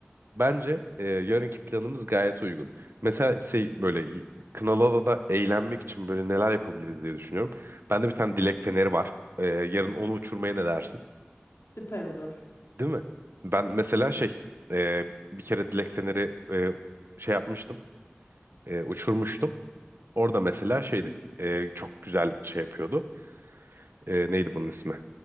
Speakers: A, on the right; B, on the left.
A: Bence e, yarınki planımız gayet uygun. Mesela şey böyle y- Kınalıada'da eğlenmek için böyle neler yapabiliriz diye düşünüyorum. Bende bir tane dilek feneri var. E, yarın onu uçurmaya ne dersin?
B: süper olur.
A: Değil mi? Ben mesela şey e, bir kere dilek feneri e, şey yapmıştım. e, uçurmuştum. Orada mesela şeydi.
B: Hı?
A: e, çok güzel şey yapıyordu. E, neydi bunun ismi?